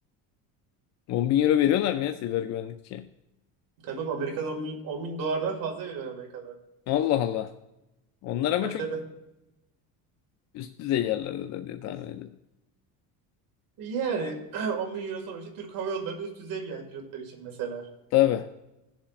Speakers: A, on the left (about 45°); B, on the right (about 60°).
A: 10 bin euro veriyorlar mı ya siber güvenlikçiye?
B: Tabii oğlum Amerika'da 10 bin, 10 bin dolardan fazla veriyor Amerika'da.
A: Allah Allah. Onlar ama
B: Tabii
A: çok
B: tabii.
A: üst düzey yerlerde de diye tahmin ediyorum.
B: Yani <clears throat> 10 bin euro sonuçta Türk Hava Yolları da üst düzey bir yani pilotlar için mesela.
A: Tabii.